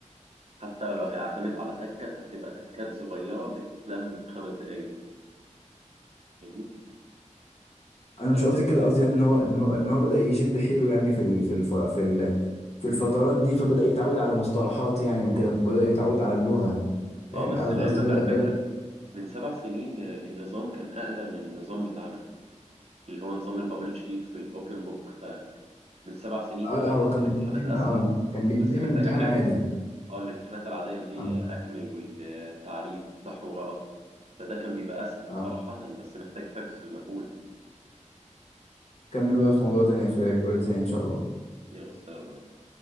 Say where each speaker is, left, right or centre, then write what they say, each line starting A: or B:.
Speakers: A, on the right; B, on the left.
A: حتى لو هيعتمد على تكة فهتبقى تكات صغيرة بتتلم في خمس دقايق فاهمني
B: انا مش
A: بس
B: قصدي
A: يا
B: كده
A: سيدي
B: قصدي يعني ان هو ان هو ان هو بدأ يشد حيله يعني في ال- في الف... في ال... في الفترات دي فبدأ يتعود على المصطلحات يعني وكده بدأ يتعود على اللغة يعني
A: اه بس
B: قصد-
A: لعلمك
B: قصدي بدأ
A: على
B: بدأ
A: فكرة من سبع سنين آه، النظام كان أقدم من النظام بتاعنا اللي هو نظام البابل شيت والأوبن بوك فمن سبع سنين
B: اه
A: كمان
B: لا هو
A: كانت
B: كان
A: الامتحانات
B: بيمتحن
A: أسهل
B: اه كان بيمتحن
A: بس محتاجة
B: امتحان
A: حفظ
B: عادي
A: اه الامتحانات العادية اللي هي
B: اه
A: أكمل والتعريف وصح وغلط فده كان بيبقى أسهل
B: اه
A: صراحة بس محتاج حفظ مهول
B: كمل بقى في موضوع تاني في ريكورد تاني ان شاء الله
A: يلا السلام عليكم